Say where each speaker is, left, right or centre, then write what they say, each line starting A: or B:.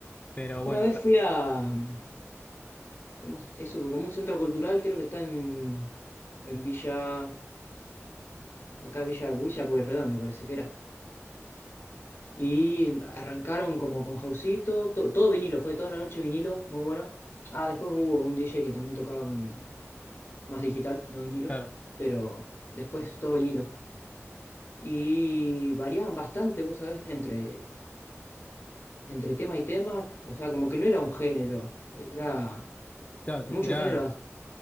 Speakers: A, on the left; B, on the left.
A: Pero bueno,
B: Una vez
A: ta-
B: fui a... mm, ¿Cómo es eso? Como un centro cultural, creo que está en, en Villa, acá Villa, Villa Pueyrredón, me parece que era. Y arrancaron como con Jausito, to- todo vinilo, fue toda la noche vinilo, muy bueno. Ah, después hubo un DJ que también tocaba con más digital, no vinilo,
A: claro,
B: pero después todo vinilo. Y variaban bastante, vos sabés, entre, entre tema y tema, o sea, como que no era un género, era
A: claro, te
B: muchos
A: tiraban
B: géneros,